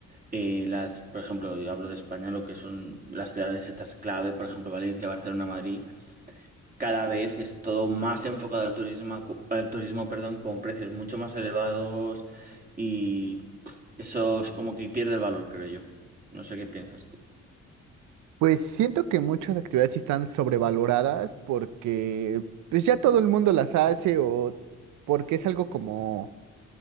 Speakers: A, on the right (about 30°); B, on the right (about 75°).
A: Eh, las, por ejemplo, yo hablo de España, lo que son las ciudades estas clave, por ejemplo, Valencia, Barcelona, Madrid, cada vez es todo más enfocado al turismo, co- al turismo, perdón, con precios mucho más elevados y pff, eso es como que pierde el valor, creo yo. No sé qué piensas tú.
B: Pues siento que muchas actividades sí están sobrevaloradas porque pues ya todo el mundo las hace o porque es algo como